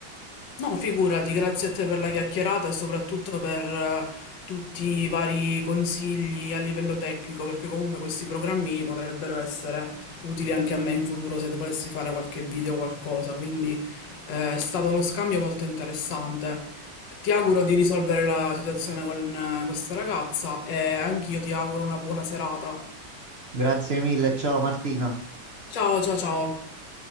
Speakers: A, on the left (about 65°); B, on the right (about 45°).
A: No, figurati, grazie a te per la chiacchierata e soprattutto per eh, tutti i vari consigli a livello tecnico, perché comunque questi programmini potrebbero essere utili anche a me in futuro se volessi fare qualche video o qualcosa. Quindi eh, è stato uno scambio molto interessante. Ti auguro di risolvere la situazione con eh, questa ragazza e anch'io ti auguro una buona serata.
B: Grazie mille, ciao Martina.
A: Ciao, ciao, ciao.